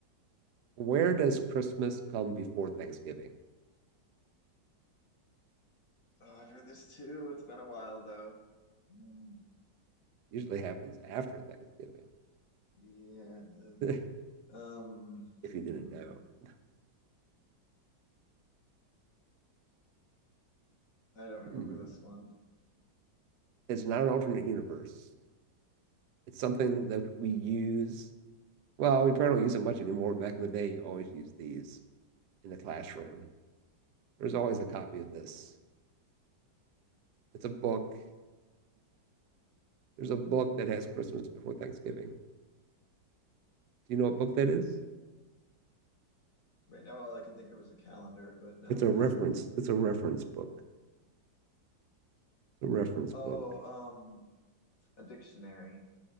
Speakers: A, on the right (about 70°); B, on the left (about 55°).
A: Where does Christmas come before Thanksgiving?
B: Oh, I've heard this too. It's been a while though. Mm,
A: Usually happens after Thanksgiving,
B: yeah. the-
A: <laughs>
B: um,
A: if
B: mm,
A: you didn't know. <clears throat>
B: I don't remember
A: Hmm.
B: this one.
A: It's not an alternate universe. It's something that we use. Well, we probably don't use it much anymore. Back in the day, you always used these in the classroom. There's always a copy of this. It's a book. There's a book that has Christmas before Thanksgiving. Do you know what book that is?
B: Right now, all I can think of is a calendar, but no,
A: It's a reference.
B: it's
A: It's a reference book. It's a reference
B: oh,
A: book.
B: um, a dictionary.